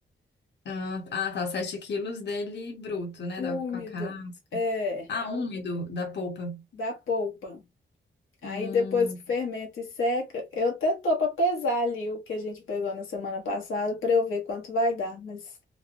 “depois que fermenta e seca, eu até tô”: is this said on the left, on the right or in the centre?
Left